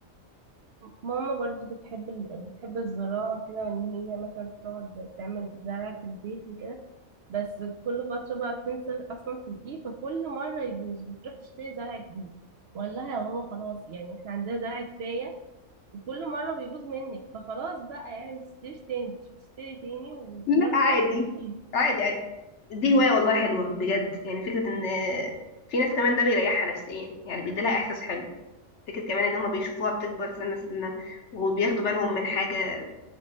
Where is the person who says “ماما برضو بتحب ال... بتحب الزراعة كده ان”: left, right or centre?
Right